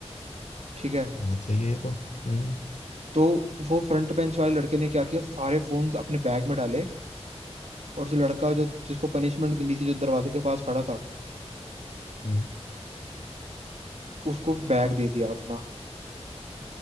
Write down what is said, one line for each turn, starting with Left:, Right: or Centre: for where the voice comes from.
Right: ठीक है
Left: बहुत सही है ये तो हम्म
Right: तो वो फ्रंट बेंच वाले लड़के ने क्या किया सारे फोन्स अपने बैग में डाले और जो लड़का जो जिसको पनिशमेंट मिली थी जो दरवाजे के पास खड़ा था
Left: हम्म,
Right: उसको बैग दे दिया अपना